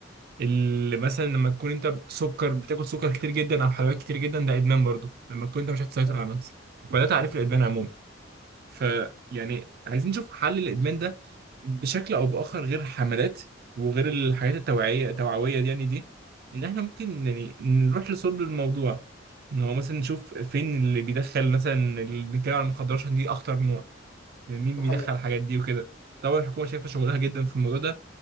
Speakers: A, on the right (about 55°); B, on the left (about 80°).
A: اللي مثلا لما تكون انت سكر بتاكل سكر كتير جدا او حلويات كتير جدا ده ادمان برضه لما تكون انت مش عارف تسيطر
B: أيوة،
A: على نفسك فده تعريف الادمان عموما فيعني عايزين نشوف حل الادمان ده بشكل او باخر غير الحملات وغير الحاجات التوعيه التوعويه دي يعني دي ان احنا ممكن يعني نروح لصلب الموضوع ان هو مثلا نشوف فين اللي بيدخل مثلا اللي بنتكلم عن المخدرات عشان دي اخطر نوع يعني مين
B: ده
A: بيدخل
B: حقيقه
A: الحاجات دي وكده طبعا الحكومه شايفه شغلها جدا في الموضوع ده